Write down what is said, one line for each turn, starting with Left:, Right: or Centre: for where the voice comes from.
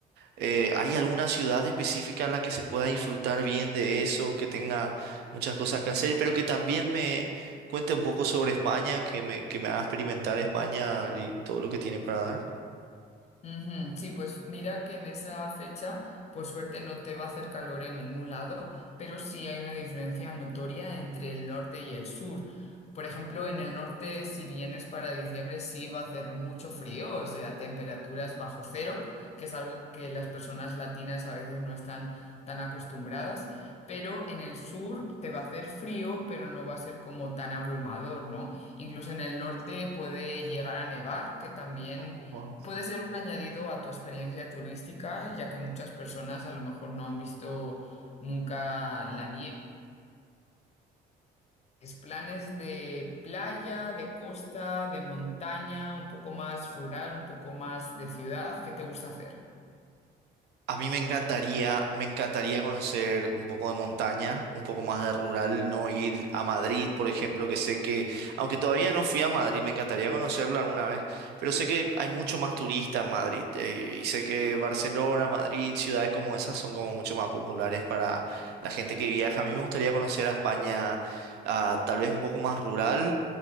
Right: Eh, ¿hay alguna ciudad específica en la que se pueda disfrutar bien de eso, que tenga muchas cosas que hacer, pero que también me cuente un poco sobre España, que me, que me haga experimentar España y todo lo que tiene para dar?
Left: Ujú, Sí, pues mira que en esa fecha, por suerte, no te va a hacer calor en ningún lado, pero sí hay una diferencia notoria entre el norte y el sur. Por ejemplo, en el norte, si vienes para diciembre, sí va a hacer mucho frío, o sea, temperaturas bajo cero, que es algo que las personas latinas a veces no están tan acostumbradas, pero en el sur te va a hacer frío, pero no va a ser como tan abrumador, ¿no? Incluso en el norte puede llegar a nevar, que también...
Right: Oh, wow.
Left: Puede ser un añadido a tu experiencia turística, ya que muchas personas a lo mejor no han visto nunca la nieve. Es Planes de playa, de costa, de montaña, un poco más rural, un poco más de ciudad, ¿qué te gusta hacer?
Right: A mí me encantaría, me encantaría conocer un poco de montaña, un poco más de rural, no ir a Madrid, por ejemplo, que sé que, aunque todavía no fui a Madrid, me encantaría conocerlo alguna vez, pero sé que hay mucho más turista en Madrid, eh, y sé que Barcelona, Madrid, ciudades como esas son como mucho más populares para la gente que viaja. A mí me gustaría conocer a España, ah, tal vez un poco más rural.